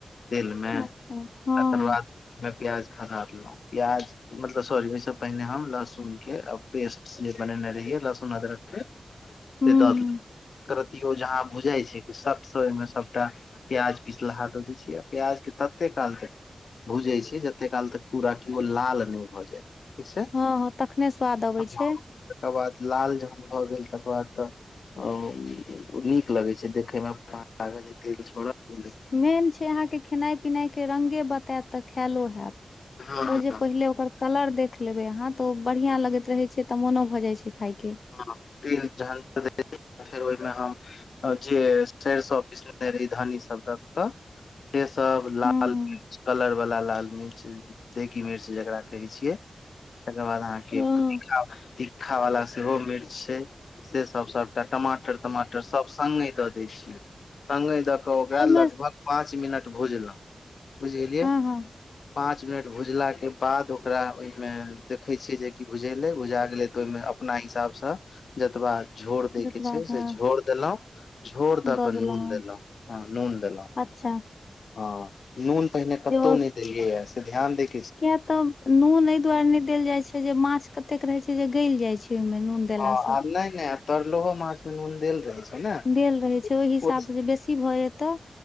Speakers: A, on the left; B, on the left.
A: तेलमे
B: अच्छा। हँ
A: तकर
B: हँ
A: बाद ओमे प्याज खसा देलहुँ, प्याज मतलब सॉरी ओहिसँ पहिने हम लहसुनके आ पेस्ट से बनेने रहियै लहसुन अदरकके से
B: हुं
A: दल
B: हुं
A: एकरतियो जहाँ बुझाइ छैय कि सट से ओहिमे सभटा प्याज पिसलाहा द दैऽ छियै आ प्याज के तते काल तक भूजै छियय जते काल तक पूरा केओ लाल ने भऽ जाय, ठीक छैय।
B: हँ हँ तखने स्वाद अबै
A: तकर
B: छै।
A: बाद लाल जखन भऽ गेल तकर बाद तऽ नीक लगै छैय देखयमे। मा कागज तेल छोड़ऽ लगलय।
B: मेन छैय अहाँके खेनाइ पिनाइ के रंगे बतायत तऽ खायलो हेएत
A: हँ
B: ओ जे
A: हँ
B: पहिले ओकर कलर देख लेबै अहाँ तऽ ओ बढ़िया लगैत रहे छैय तऽ मोनो भऽ जाइ छैय खाय के
A: हँ तिल जहां पर रहै। फेर ओहिमे हम जे एस्ट्ऐंस ऑफिस लेने रही धानी सबदक तऽ से सब लाल
B: हुं
A: कलर वाला लाल मिर्च देगी मिर्च जेकरा कहै छियै, तकर बाद अहाँके
B: हँ।
A: तीखा तीखा वाला सेहो मिर्च छैय से सभ सभटा टमाटर तमाटर सभ सङ्गे दऽ दै छियै। संगे दऽ कऽ ओकरा
B: ओहिमे
A: लगभग पाँच मिनट भुजलहुँ, बुझ गेलियै।
B: हँ हँ।
A: पांच मिनट भुजला के बाद ओकरा ओहिमे देखे छिय जेकि भुजेले भुजा गेले त ओएमे अपना हिसाबसँ जतबा झोर दय
B: जतबा
A: के छैय
B: था
A: से झोर देलों। झोर द
B: दऽ
A: कऽ नून
B: हँ
A: देलहुँ हँ नून देलहुँ।
B: अच्छा।
A: हँ नून पहिने कतौ
B: जे ओ
A: नहि देलियै ह से ध्यान द।
B: किया तऽ नून एहि दुआरे नहि देल जाय छै जे माछ कतेक रहे छै जे गलि जाय छै ओहिमे नून। देलासँ
A: ह आ नहि नहि त लोकोहो माछ मनन देल रहै छै। ने
B: देल रहैत छै ओहि हिसाबसँ
A: ओ
B: जे बेसी भऽ जेतऽ।